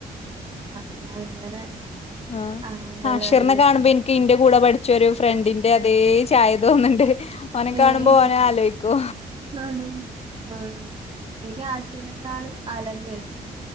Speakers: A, on the right; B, on the left.
A: അക്ക അങ്ങനെ
B: ആ
A: ആഹ് നല്ല
B: അഷിർനെ
A: അടിപൊളി
B: കാണുമ്പോ
A: സിനിമ
B: ൻക്ക് ഇന്റെ കൂടെ പഠിച്ചൊരു ഫ്രണ്ടിന്റെ അതേ ചായ തോന്ന്ണ്ട് ഓനെ
A: ഏഹ്
B: കാണുമ്പോ ഓനെ ആലോയ്ക്കു
A: ആണോ ആ എനിക്ക് ആഷിർനേക്കാള് അലന്നെയാഷ്ടം